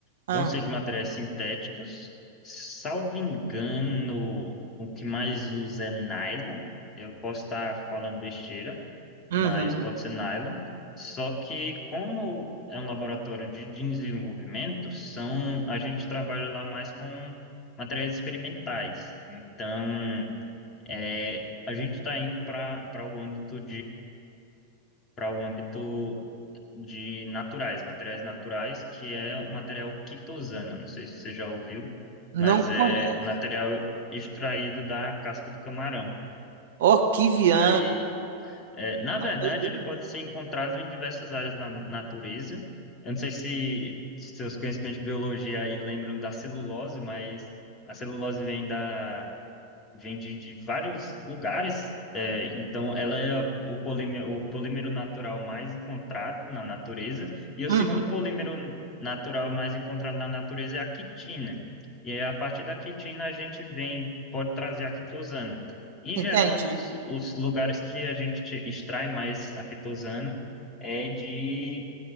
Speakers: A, on the right (about 60°); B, on the left (about 25°).
A: Ah,
B: vão ser de materiais sintéticos. Salvo engano, o que mais usa é nylon. Eu posso estar falando besteira,
A: uhum.
B: mas pode ser nylon. Só que como é um laboratório de desenvolvimento, são a gente trabalha lá mais com materiais experimentais. Então, é, a gente está indo para para o âmbito para o âmbito de naturais, materiais naturais, que é o material quitosana. Não sei se você já ouviu,
A: Não
B: mas
A: conheço.
B: é um material extraído da casca do camarão.
A: Orquiviã.
B: E aí, é, na verdade,
A: Ah, doideira
B: ele
A: mesmo.
B: pode ser encontrado em diversas áreas na natureza. Eu não sei se seus conhecimentos de biologia aí lembram da celulose, mas a celulose vem da vem de, de vários lugares. É, então, ela é a- o polímero, o polímero natural mais encontrado na natureza. E o
A: Uhum.
B: segundo polímero natural mais encontrado na natureza é a quitina. E é a partir da quitina a gente vem, pode trazer a quitosana. Em
A: Entendi.
B: geral, os, os lugares que a gente te- extrai mais a quitosana é de